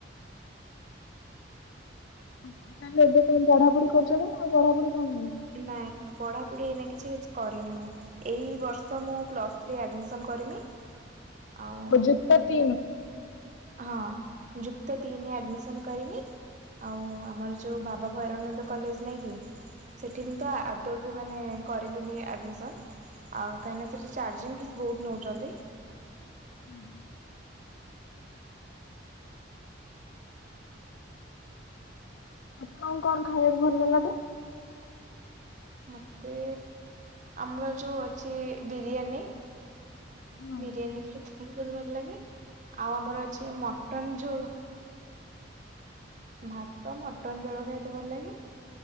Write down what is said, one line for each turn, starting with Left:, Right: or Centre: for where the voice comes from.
Left: ହଁ ତାହେଲେ ଏବେ କଣ ପଢ଼ା ପଢ଼ି କରୁଛନ୍ତି ନା ଆଉ ପଢ଼ା ପଢ଼ି କରୁନାହାନ୍ତି?
Right: ନାଇଁ। ପଢ଼ା ପଢ଼ି ଏଇନା କିଛି କରିନି ମୁଁ ଏଇ ବର୍ଷ ମୁଁ ପ୍ଲସ୍ ଥ୍ରି ଆଡ଼ମିଶନ କରିମି। ଆଉ
Left: ଓ ଯୁକ୍ତ ତିନି?
Right: ହଁ ଯୁକ୍ତ ତିନେ ଆଡମିସନ୍ ଆଉ ଆମର ଯୋଉ ବାବା ଭରାନନ୍ଦ କଲେଜ ନାଇଁ କି ସେଠି ମୁ ତ ଆଦବ ମାନେ କରିବିନି ଆଡମିସନ ଆଉ କାହିଁ ସେଠି ଚାର୍ଜିଂ ଫି ବହୁତ ନଉଛନ୍ତି।
Left: ଓୁଁ ହ। ଆପଣଙ୍କୁ କଣ ଖାଇବାକୁ ଭଲ ଲାଗେ?
Right: ମତେ ଆମର ଯୋଉ ଅଛି ବିରିୟାନୀ।
Left: ହୁଁ।
Right: ବିରିୟାନୀ ଖାଇଥିଲ ବହୁତ ଭଲ ଲାଗେ। ଆଉ ଆମର ଅଛି ମଟନ ଝୋଳ। ଭାତ ମଟନ ଜୋଳ ଖାଇତେ ଭଲ ଲାଗେ।